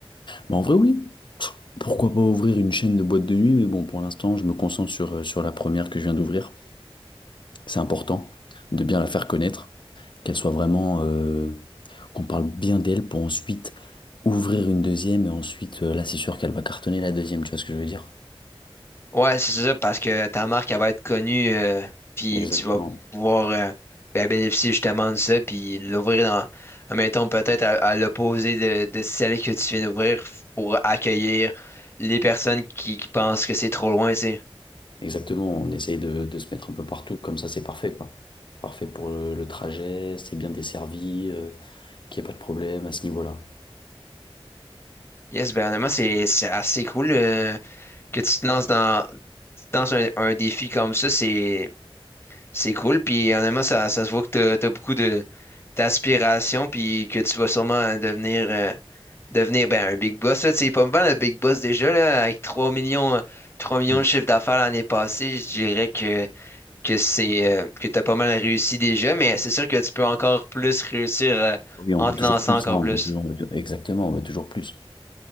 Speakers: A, on the left; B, on the left.
A: Mais en vrai, oui. Pff, Pourquoi pas ouvrir une chaîne de boîte de nuit, mais bon, pour l'instant, je me concentre sur, euh, sur la première que je viens d'ouvrir. C'est important de bien la faire connaître, qu'elle soit vraiment, euh, qu'on parle bien d'elle pour ensuite ouvrir une deuxième et ensuite, euh, là, c'est sûr qu'elle va cartonner la deuxième, tu vois ce que je veux dire?
B: Ouais, c'est ça, parce que ta marque, elle va être connue, euh, puis
A: Exactement.
B: tu vas pouvoir euh, ben, bénéficier justement de ça, puis l'ouvrir dans, admettons, peut-être à, à l'opposé de, de celle que tu viens d'ouvrir pour accueillir les personnes qui, qui pensent que c'est trop loin, tu sais.
A: Exactement, on essaye de, de se mettre un peu partout, comme ça, c'est parfait, quoi. Parfait pour le, le trajet, c'est bien desservi, euh, qu'il n'y ait pas de problème à ce niveau-là.
B: Yes, ben honnêtement, c'est c'est assez cool euh, que tu te lances dans, tu te lances un, un défi comme ça, c'est C'est cool, puis honnêtement, ça, ça se voit que t'as, t'as beaucoup de d'aspiration, puis que tu vas sûrement devenir, euh, devenir ben, un big boss. Là, Tu sais, pas mal le big boss déjà, là, avec trois millions, euh, 3 millions
A: Mm.
B: de chiffre d'affaires l'année passée, je dirais que, que c'est euh, que t'as pas mal réussi déjà, mais c'est sûr que tu peux encore plus réussir euh,
A: Oui,
B: en
A: on veut
B: te
A: toujours
B: lançant
A: plus,
B: encore
A: hein, on
B: plus.
A: veut toujours, on veut- exactement, on veut toujours plus.